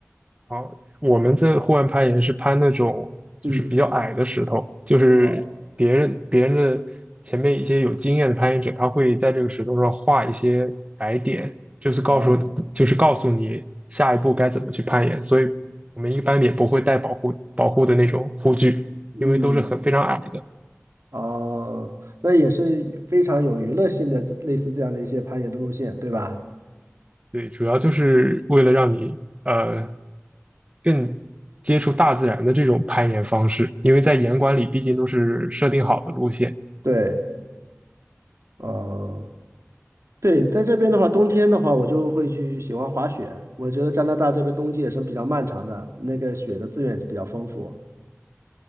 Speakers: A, on the right (about 25°); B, on the right (about 70°).
A: 好，我们这户外攀岩是攀那种就是比较矮的石头，
B: 嗯，
A: 就是别人别人的前面一些有经验的攀岩者，
B: 哦
A: 他会在这个石头上画一些白点，就是告诉就是告诉你下一步该怎么去攀岩。
B: 哦，
A: 所以我们一般也不会带保护保护的那种护具，
B: 嗯
A: 因为都是很非常矮的。
B: 哦，那也是非常有娱乐性的，类似这样的一些攀岩的路线，对吧？
A: 对，主要就是为了让你呃更接触大自然的这种攀岩方式，因为在岩馆里毕竟都是设定好的路线。
B: 对，嗯。对，在这边的话，冬天的话，我就会去喜欢滑雪。我觉得加拿大这边冬季也是比较漫长的，那个雪的资源也是比较丰富